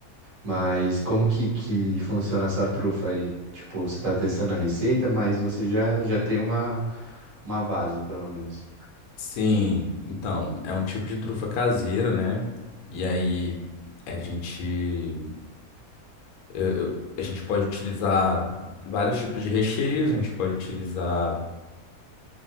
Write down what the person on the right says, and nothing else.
Mas como que, que funciona essa trufa aí? Tipo, você tá testando a receita, mas você já já tem uma uma base, pelo menos.